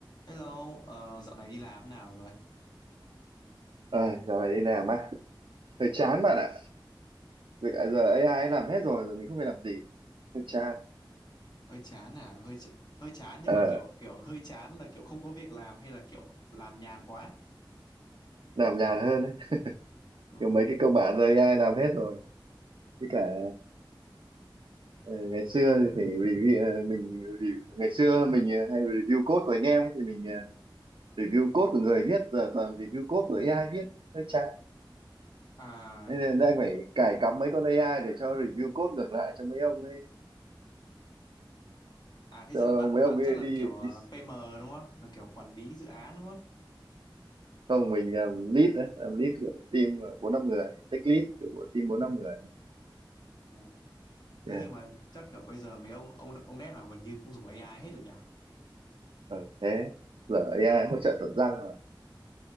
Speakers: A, on the left (about 55°); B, on the right (about 80°).
A: Hello, ờ, dạo này đi làm thế nào rồi?
B: ờ dạo này đi làm á, hơi chán bạn ạ. Việc à, giờ AI ấy làm hết rồi, giờ mình không phải làm gì. Hơi chán.
A: Hơi chán à? Hơi ch hơi chán nhưng
B: Ờ,
A: mà kiểu kiểu hơi chán là kiểu không có việc làm hay là kiểu làm nhàn quá?
B: làm nhàn hơn đấy.
A: Ừ.
B: Kiểu mấy cái cơ bản giờ AI làm hết rồi. Với cả ờ, ngày xưa thì phải review, ờ, mình re- ngày xưa mình ờ, hay review code của anh em ấy, thì mình ờ, review code của người viết, giờ toàn review code của AI viết. Hơi chán.
A: À
B: Nên là đang phải cài cắm mấy con AI để cho review code ngược lại cho mấy ông ấy,
A: à thế
B: cho
A: chắc là bạn
B: mấy
A: bạn
B: ông ấy
A: chắc làm
B: đi
A: kiểu ờ,
B: đi
A: PM đúng không? Làm kiểu quản lý dự án đúng không?
B: không mình làm lead đấy làm lead của team ờ, bốn năm người tech lead của team bốn năm người
A: Ừ.
B: yeah.
A: Thế nhưng mà chắc kiểu bây giờ mấy ông ông ông dev nào gần như cũng dùng AI hết rồi nhỉ?
B: ờ, thế giờ AI hỗ trợ tận răng rồi